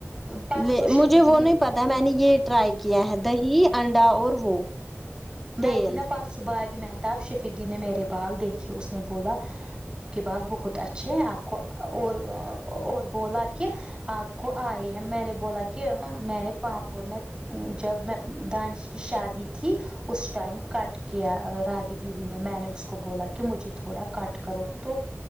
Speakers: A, on the right; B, in the centre.
A: پرسوں
B: لے مجھے
A: شیفق دیدی
B: وہ نہیں پتا میں نے یہ ٹرائی کیا ہے دہی انڈا اور وہ
A: میں
B: تیل
A: تھی نا پرسوں باغ مہت تب شفیق دی نے میرے بال دیکھے اس نے بولا آپ کی بال بہت اچھے ہیں آپ کو اور اور بولا کہ آپ کو آئے ہیں میں نے بولا کہ میں نے پاپور میں جب میں دانش کی شادی تھی اس ٹائم کٹ کیا رابی دیدی نے میں نے اس کو بولا کہ مجھے تھوڑا کٹ کرو تو